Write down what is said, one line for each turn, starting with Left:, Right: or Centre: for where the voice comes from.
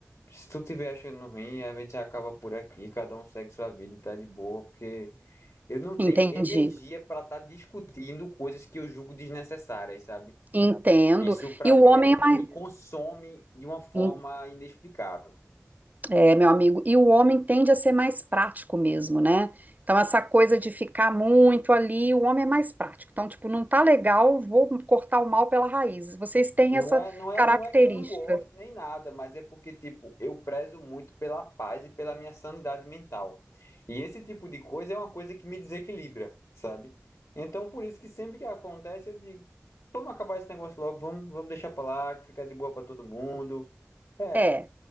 Left: se tu tiver achando ruim, a gente acaba por aqui, cada um segue sua vida e tá de boa, porque Eu não tenho
Right: Entendi,
Left: energia para estar discutindo coisas que eu julgo desnecessárias, sabe?
Right: entendo.
Left: Isso para
Right: E o
Left: mim
Right: homem
Left: é,
Right: é mais.
Left: me consome de uma forma
Right: é,
Left: inexplicável.
Right: É, meu amigo, e o homem tende a ser mais prático mesmo, né? Então, essa coisa de ficar muito ali, o homem é mais prático. Então, tipo, não tá legal, vou cortar o mal pela raiz. Vocês têm
Left: Não
Right: essa
Left: é, não é,
Right: característica.
Left: não é que eu não goste nem nada, mas é porque tipo, eu prezo muito pela paz e pela minha sanidade mental. E esse tipo de coisa é uma coisa que me desequilibra, sabe? Então por isso que sempre que acontece eu digo, vamos acabar esse negócio logo, vamos, vamos deixar pra lá, que fica de boa para todo mundo. É,
Right: É,